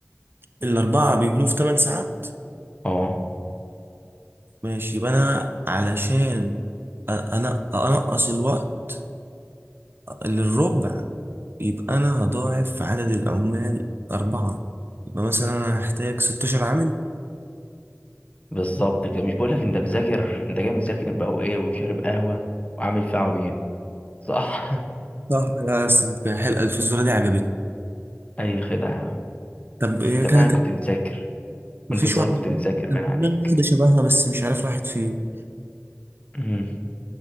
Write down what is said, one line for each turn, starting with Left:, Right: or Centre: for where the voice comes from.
Right: الاربعه بيجنوا في 8 ساعات
Left: اه
Right: ماشي يبقى انا علشان أ- انا انقص الوقت للربع يبقى أنا هضاعف عدد العمال أربعة يبقى مثلا أنا هحتاج 16 عامل
Left: بالظبط كده مش بقول لك أنت مذاكر أنت جاي مذاكر بقى وإيه وشارب قهوة وعامل فيها عبيط صح
Right: صح يا أسطى، حلقة الفلوس دي عجبتني
Left: <laughs> أي خدعة يا عم
Right: طب إيه
Left: طب
Right: كانت
Left: أنا كنت بتذاكر
Right: مفيش
Left: وأنت صغير
Right: واحدة
Left: كنت بتذاكر
Right: كده؟ كان
Left: باين
Right: في
Left: عليك
Right: دماغي واحدة شبهها بس مش عارف راحت فين
Left: مم.